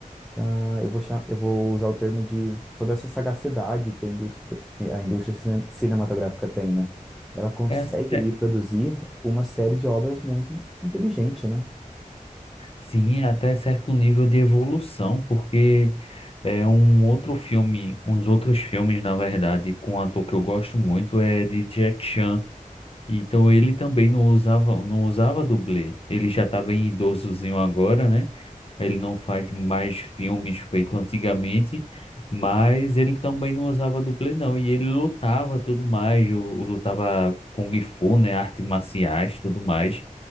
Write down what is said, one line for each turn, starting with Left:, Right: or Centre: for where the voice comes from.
Centre: ah, eu vou, cha- eu vou usar o termo de toda essa sagacidade que a indústria, a indústria cine- cinematográfica tem, né? Ela consegue
Left: É, até-
Centre: ali produzir uma série de obras muito inteligente, né?
Left: sim, é até certo nível de evolução, porque é um outro filme, uns outros filmes, na verdade, com um ator que eu gosto muito, é de Jack Chan Então ele também não usava, não usava dublê. Ele já tá bem idosozinho agora, né? Ele não faz mais filmes feitos antigamente, mas ele também não usava dublê, não. E ele lutava tudo mais, o, o lutava Kung Fu, né? Artes marciais, tudo mais.